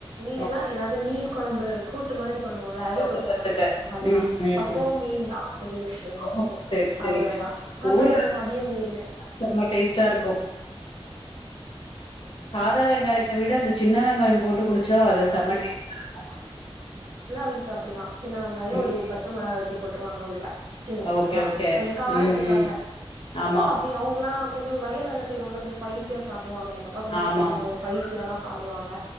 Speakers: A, on the right; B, on the left.
A: இல்லன்னா
B: ஓ!
A: ஏதாவது மீன் குழம்பு கூட்டு மாரி பண்ணுவோம்ல்ல ஏத
B: தொட்டுக்கறதுக்கு.
A: தொட்டுப்பாங்க அதுதான்
B: ம், ம்.
A: அப்போ மீன் தான் பெரிய விஷயமா
B: ஓ!
A: இருக்கோம்
B: சரி, சரி.
A: அவ்வளவுதான் அப்பறம்
B: ஊறுகாய்
A: என்ன மதியம் மீன்
B: செம்ம டேஸ்ட்டா இருக்கும். சின்ன வெங்காயத்த வெ விட அந்த சின்ன வெங்காயம் போட் குடிச்ச அத செம இருக்கோம்
A: வீ அப்டிதா சின்ன வெங்காயம்
B: ம்.
A: ஒரு பச்ச மிளகா வெட்டி போட்டு ருவாங்க உள்ள சின்ன சின்னதா
B: ஓகே, ஓகே.
A: அந்த காரத்துக்காக
B: ம், ம். ஆமாமா.
A: சோ அப்டி அவங்கல்லாம் கொஞ்சம் வயல் செய்வாங்க ஸ்பைசியா சாப் டுவாங்க எங்கப்பா கொஞ்சம்
B: ஆமாமா.
A: அந்த மார சரிசியான் சொல்லுவாங்க